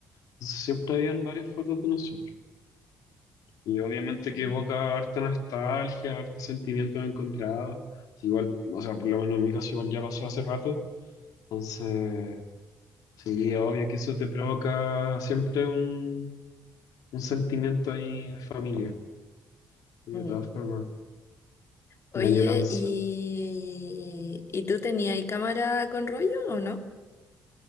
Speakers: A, on the left; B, on the left.
A: Entonces, siempre habían varias fotos de nosotros. Y obviamente
B: Mm.
A: que evoca harta nostalgia, hartos sentimientos encontrados. Igual, o sea, por lo menos en mi caso igual ya pasó hace rato. Entonces, sí, obvio que eso te provoca siempre un, un sentimiento ahí de familia, y de
B: Mm.
A: todas formas,
B: Oye,
A: de añoranza.
B: ¿y, ¿y tú tenías cámara con rollo o no?